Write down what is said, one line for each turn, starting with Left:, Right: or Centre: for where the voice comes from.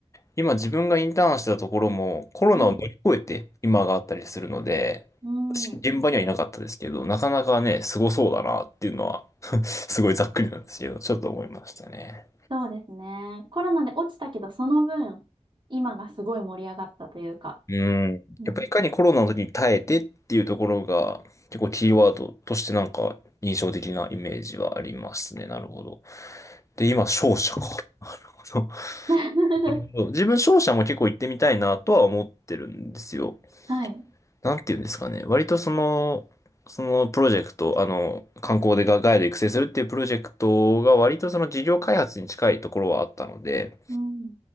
Left: 今自分がインターンしてたところもコロナを乗り越えて今があったりするので、
Right: <laughs> はい。うん。
Left: 現場にはいなかったですけど、なかなかね、すごそうだなっていうのは <laughs> すごいざっくりなんですけど、ちょっと思いましたね。
Right: そうですね。コロナで落ちたけど、その分、今がすごい盛り上がったというか。
Left: うん。
Right: うん。
Left: やっぱりいかにコロナの時に耐えてっていうところが結構キーワードとしてなんか印象的なイメージはありますね。なるほど。で、今、商社か。<laughs>
Right: <laughs>
Left: なるほど自分商社も結構行ってみたいなとは思ってるんですよ。
Right: はい。
Left: なんていうんですかね。割とその、そのプロジェクト、あの、観光でがガイド育成するっていうプロジェクトが割とその事業開発に近いところはあったので、
Right: うん。